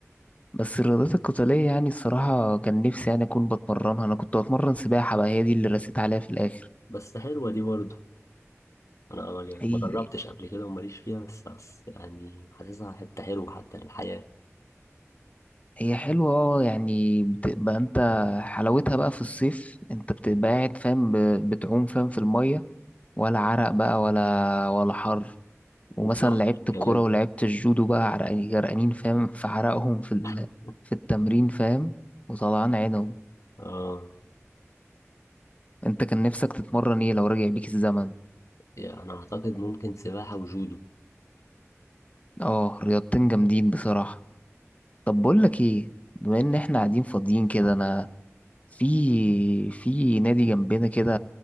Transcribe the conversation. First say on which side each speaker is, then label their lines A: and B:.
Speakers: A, on the left (about 25°); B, on the left (about 75°).
A: بس الرياضات القتالية يعني الصراحة كان نفسي يعني أكون بتمرنها أنا كنت بتمرن سباحة بقى هي دي اللي رسيت عليها في الآخر
B: بس حلوة دي برضه أنا ما
A: حقيقي
B: ما جربتش قبل كده وماليش فيها بس حاسس- يعني حاسسها حتة حلوة حتى للحياة
A: هي حلوة اه يعني بتبقى انت حلاوتها بقى في الصيف انت بتبقى قاعد فاهم ب- بتعوم فاهم في المية ولا عرق بقى ولا ولا حر
B: وبراحتك
A: ومثلا لعبت الكورة
B: كمان
A: ولعبت الجودو بقى عرقانين جرقانين فاهم في عرقهم في ال...
B: <laughs>
A: في التمرين فاهم وطلعان عينهم
B: آه
A: انت كان نفسك تتمرن ايه لو رجع بيك الزمن
B: يعني أنا أعتقد ممكن سباحة وجودو
A: اه رياضتين جامدين بصراحة طب بقول لك ايه بما ان احنا قاعدين فاضيين كده انا في في نادي جنبنا كده